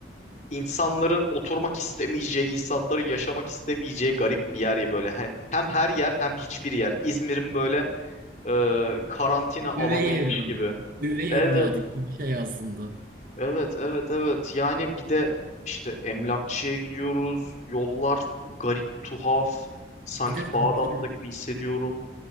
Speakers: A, on the left; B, on the right.
A: İnsanların oturmak istemeyeceği, insanların yaşamak istemeyeceği garip bir yer ya böyle. Hani hem her yer hem hiçbir yer. İzmir'in böyle e, karantina alanıymış
B: Üvey evladı,
A: gibi.
B: üvey
A: Evet.
B: evladı gibi bir şey aslında.
A: Evet, evet, evet. Yani bir de işte emlakçıya gidiyoruz. Yollar garip, tuhaf. Sanki
B: Bir de hatırl
A: Bağdat'ta gibi hissediyorum.